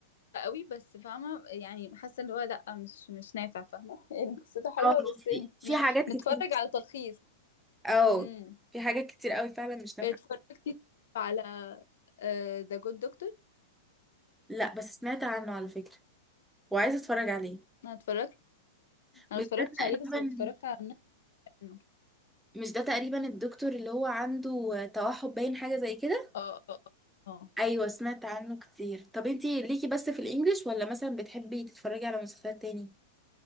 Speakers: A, on the left; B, in the centre.
A: قوي بس فاهمة يعني حاسة ان هو لا مش مش نافع فاهمة <laughs> يعني قصته حلوة
B: اه
A: بس
B: في
A: ن-
B: في حاجات كتير
A: نتفرج على تلخيص
B: اه
A: امم
B: في حاجات كتير قوي فعلا مش نافعة
A: اتفرجت على ذا جود دكتور
B: لا بس سمعت عنه على فكرة وعايزة اتفرج عليه
A: انا اتفرجت انا ما
B: مش
A: اتفرجتش
B: ده تقريبا
A: عليه بس اتفرجت على النص منه
B: مش ده تقريبا الدكتور اللي هو عنده توحد باين حاجة زي كده
A: اه اه اه
B: ايوه سمعت عنه كتير طب انتي ليكي بس في الانجليش ولا مثلا بتحبي تتفرجي على مسلسلات تاني